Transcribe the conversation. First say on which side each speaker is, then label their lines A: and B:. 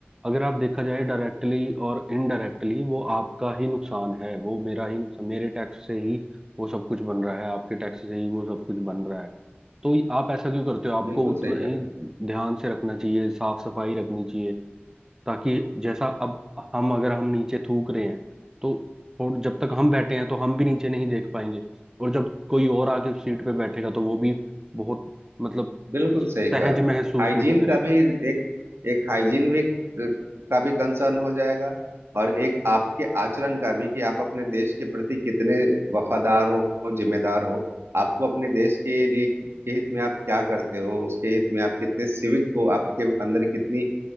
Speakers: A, on the right (about 15°); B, on the right (about 80°).
A: अगर आप देखा जाए डायरेक्टली और इनडायरेक्टली वो आपका ही नुकसान है वो मेरा ही नुकसान मेरे टैक्स से ही वो सब कुछ बन रहा है आपके टैक्स से ही वो सब कुछ बन रहा है तो आप ऐसा क्यों करते हो आपको
B: बिल्कुल
A: उतना
B: सही कहा
A: ही ध्यान से रखना चाहिए साफ सफाई रखनी चाहिए ताकि जैसा अब हम अगर हम नीचे थूक रहे हैं तो थोड़- जब तक हम बैठे हैं तो हम भी नीचे नहीं देख पाएंगे और जब कोई और आके उस सीट पे बैठेगा तो वो भी बहुत मतलब
B: बिल्कुल सही कहा
A: सहज
B: आप।
A: महसूस
B: हाइजीन
A: नहीं करेगा
B: का भी एक एक हाइजीन भी का भी कंसर्न हो जाएगा और एक आपके आचरण का भी कि आप अपने देश के प्रति कितने वफादार हो जिम्मेदार हो आपको अपने देश के लिए के हित में आप क्या करते हो उसके हित में आप कितने सिविक हो आपके अंदर कितनी